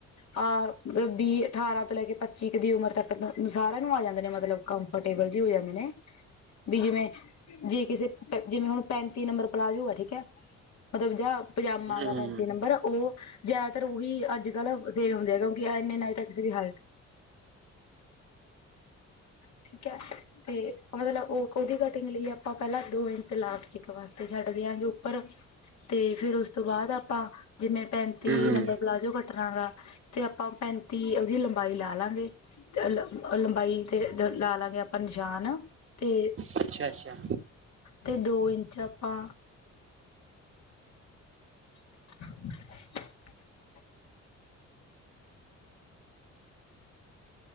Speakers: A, on the left; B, on the right.
A: ਆਹ ਵੀਹ ਅਠਾਰਾਂ ਤੋਂ ਲੈ ਕੇ ਪੱਚੀ ਦੀ ਉਮਰ ਤੱਕ ਸਾਰਿਆਂ ਨੂੰ ਆ ਜਾਂਦੇ ਨੇ ਮਤਲਬ ਕੰਫਰਟੇਬਲ ਜੈ ਹੋ ਜਾਂਦੇ ਨੇ। ਵੀ ਜਿਵੇਂ ਜੇ ਕਿਸੇ ਜਿਵੇਂ ਹੁਣ ਪੈਂਤੀ ਨੰਬਰ ਪਲਾਜੂ ਐ ਠੀਕ ਏ। ਮਤਲਬ ਜ ਪਜਾਮਾ
B: ਹੂੰ,
A: ਗਾ ਪੈਂਤੀ ਨੰਬਰ ਉ ਜ਼ਿਆਦਾਤਰ ਉਹੀ ਅੱਜ ਕੱਲ੍ਹ ਸੇਲ ਹੁੰਦੇ ਗੇ ਕਿਉਂਕਿ ਇੰਨੇ ਨਾ ਤਾਂ ਕਿਸੇ ਦੀ ਹਾਈਟ ਠੀਕ ਐ। ਤੇ ਮਤਲਬ ਓ ਉਦੀ ਕਟਿੰਗ ਲਈ ਆਪਾਂ ਪੈਲਾਂ ਦੋ ਇੰਚ ਲਾਸਟਿਕ ਵਾਸਤੇ ਛੱਡ ਦਿਆਂਗੇ ਉੱਪਰ ਤੇ ਫਿਰ ਉਸ ਤੋਂ ਬਾਦ ਆਪਾਂ ਜਿਵੇਂ ਪੈਂਤੀ
B: ਹੂੰ,
A: ਨੰਬਰ ਪਲਾਜ਼ੋ ਕੱਟਨਾ ਹਗਾ। ਤੇ ਆਪਾਂ ਪੈਂਤੀ ਉਦੀ ਲੰਬਾਈ ਲਾ ਲਾਂਗੇ ਤੇ ਲੰ- ਲੰਬਾਈ ਤੇ ਲਾ ਲਾਂਗੇ ਆਪਾਂ ਨਿਸ਼ਾਨ ਤੇ
B: ਅੱਛਾ-ਅੱਛਾ
A: ਤੇ ਦੋ ਇੰਚ ਆਪਾਂ <inaudible>